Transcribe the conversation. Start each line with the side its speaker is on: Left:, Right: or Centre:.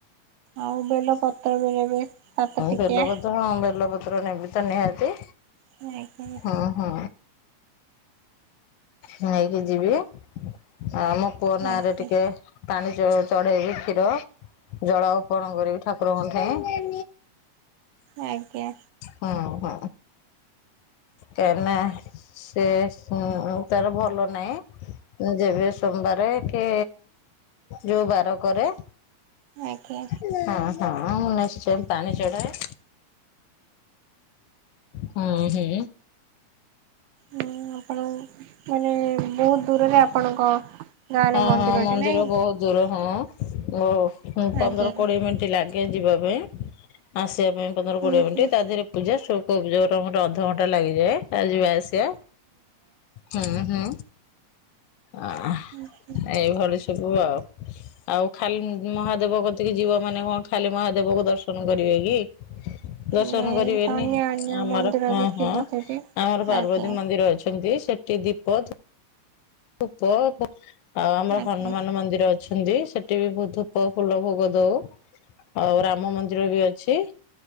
Right: ଆଉ ବେଲପତ୍ର ବେଳେବେଳେ ସାତ ଟିକିଆ
Left: ବେଲପତ୍ର ହଁ ବେଲପତ୍ର ନେବି ତ ନିହାତି।
Right: <unintelligible>
Left: ହଁ ହଁ ନେଇକି ଯିବି। ଆ ଆମ ପୁଅ ନାଁରେ
Right: ଆଜ୍ଞା
Left: ଟିକେ ପାଣି ଚଢେଇବି କ୍ଷୀର ଜଳ ଅର୍ପଣ କରିବି ଠାକୁରଙ୍କଠୀ।
Right: ଆଜ୍ଞା।
Left: ହୁଁ ହୁଁ କାଇ ନା। ସେ ହୁଁ ତାର ଭଲ ନାହିଁ। ଯେବେ ସୋମବାର କି ଯୋଉ ବାର କରେ।
Right: ଆଜ୍ଞା।
Left: ହୁଁ ହୁଁ ନିଶ୍ଚୟ ପାଣି ଚଢାଏ। ହୁଁ ହୁଁ।
Right: ହୁଁ ଆପଣ ମାନେ ବହୁତ ଦୂରରେ ଆ <inaudible>
Left: ହଁ ହଁ ମନ୍ଦିର
Right: ନାଇଁ
Left: ବହୁତ ଦୂର ହଁ ଓ ପନ୍ଦର
Right: ଆଜ୍ଞା
Left: କୋଡିଏ ମିନିଟ ଲା ଗେ ଯିବାଇଁ ଆସିବା ପାଇଁ ପନ୍ଦର
Right: ହୁଁ
Left: କୋଡିଏ ମିନିଟ୍
Right: ହୁଁ
Left: ତା ଦେହରେ ପୂଜା ସ୍ୱଳ୍କ ପୂଜା ଗୋଟେ ଅଧଘଣ୍ଟା ଲାଗିଯାଏ ଆଉ ଯିବା ଆସିବା। ହୁଁ ହୁଁ ଆ
Right: ଆଜ୍ଞା
Left: ଏଇଭଳି ସବୁ ଆଉ। ଆଉ ଖାଲି ମହାଦେବ କତିକି ଯିବ ମାନେ କଣ ଖାଲି ମହାଦେବ କ ଦର୍ଶନ କରିବେ କି। ଦର୍ଶନ
Right: ନାଇଁ
Left: କରିବେନି
Right: ତନ୍ୟ ଅନ୍ୟ
Left: ଆମର
Right: ମନ୍ଦିର
Left: ହଁ
Right: ବି ଥିବ
Left: ହଁ
Right: ସେଠି
Left: ଆମର ପାର୍ବତୀ
Right: ଆଜ୍ଞା
Left: ମନ୍ଦିର ଅଛନ୍ତି ସେ ଠୀ ଦୀପ ଧୂପ ଆଉ ଆମର
Right: ଆଜ୍ଞା
Left: ହନୁମାନ ମନ୍ଦିର ଅ ଅଛନ୍ତି ସେଠି ବି ବହୁତ ଧୂପ ଫୁଲ ଭୋଗ ଦଉ। ଆଉ ରାମ ମନ୍ଦିର ବି ଅଛି।